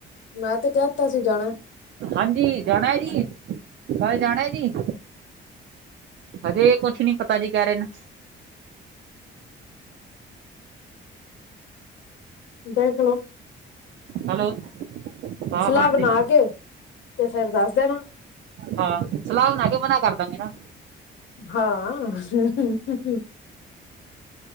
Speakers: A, on the left; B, on the right.
A: ਮੈਂ ਤੇ ਕਹਿ ਦਿੱਤਾ ਸੀ ਜਾਣਾ।
B: ਹਾਂਜੀ ਜਾਣਾ ਜੀ, ਕੱਲ ਜਾਣਾ ਜੀ। ਹਜੇ ਕੁਛ ਨੀ ਪਤਾ ਜੀ ਕਹਿ ਰਹੇ ਨੇ।
A: ਦੇਖ ਲੋ।
B: ਹੈਲੋ, ਹਾਂ
A: ਸਲਾਹ
B: -ਹਾਂ
A: ਬਣਾ
B: ਹੂੰ,
A: ਕੇ ਤੇ ਫੇਰ ਦੱਸ ਦੇਣਾ
B: ਹਾਂ ਸਲਾਹ ਬਣਾ ਕੇ ਬਣਾ ਕਰ ਦਸ ਦੋ ਗੇ ਨਾ।
A: ਹਾਂ,